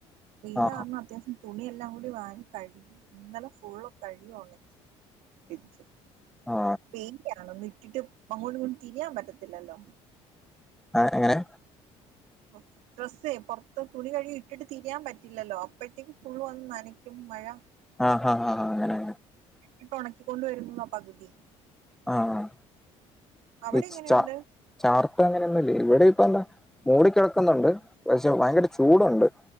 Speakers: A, on the right; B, in the centre.
A: വെയിലർന്നു
B: ആ
A: അത്യാവശ്യ തുണിയെല്ലാം കൂടി വാരി കഴുകി, ഇന്നലെ ഫുള്ള് കഴുകി ഉണക്കി വച്ചു
B: ആ
A: പെന്യാണ ഒന്ന് ഇട്ടിട്ട് അങ്ങോട്ടും ഇങ്ങോട്ടും തിരിയാൻ പറ്റത്തില്ലല്ലോ
B: ആ എങ്ങനെ
A: പോർത് ഡ്രെസ്സേ പുറത്ത് തുണി കഴുകി ഇട്ടിട്ട് തിരിയാൻ പറ്റില്ലല്ലോ അപ്പോഴത്തേക്ക് ഫുള് വന്നു നനക്കും മഴ
B: ആഹ് ആഹ് ആ അങ്ങനെ
A: ഇപ്പ ഉണക്കിക്കൊണ്ടുവരുന്നുതാ പകുതി
B: ആഹ്
A: അവിടെ
B: ഈ
A: എങ്ങനെയുണ്ട്
B: ച ചാർത്ത അങ്ങനെയൊന്നുംല്ലേ ഇവിടെ ഇപ്പ എന്താ മൂടിക്കിടക്കുന്നുണ്ട് പക്ഷെ ഭയങ്കര ചൂടുണ്ട്